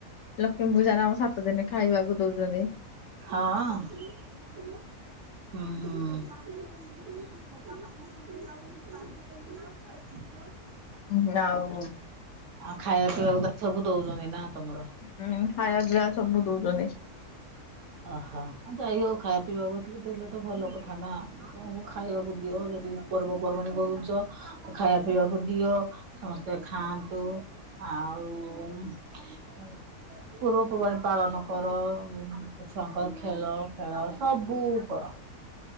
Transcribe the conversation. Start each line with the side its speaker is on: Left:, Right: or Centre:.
Left: ଲକ୍ଷ୍ମୀ ପୂଜାର ଆମ ସାତ ଦିନ ଖାଇବାକୁ ଦଉଛନ୍ତି।
Right: ହଁ ହୁଁ ହୁଁ। <unintelligible>
Left: ହଁ ଆଉ
Right: ଆଉ ଖାଇବା ପିଇବାକୁ ତ ସବୁ ଦଉଛନ୍ତି ନା ତମର?
Left: ହୁଁ ଖାଇବା ପିଇବା ସବୁ ଦଉଛନ୍ତି।
Right: ଓହୋ ଯାଇ ହଉ ଖାଇବା ପିଇବାକୁ ଟିକେ ଦେଲେ ତ ଭଲ କଥା ନା। <unintelligible> ଖାଇବାକୁ ଦିଅ ଯଦି ପର୍ବପର୍ବାଣି କରୁଛ। ଖାଇବା ପିଇବାକୁ ଦିଅ ସମସ୍ତେ ଖାଆନ୍ତୁ। ଆଉ ପୂର୍ବପର୍ବାଣି ପାଳନ କର ଛୁଆଙ୍କର ଖେଳଫେଳ ସବୁ କର।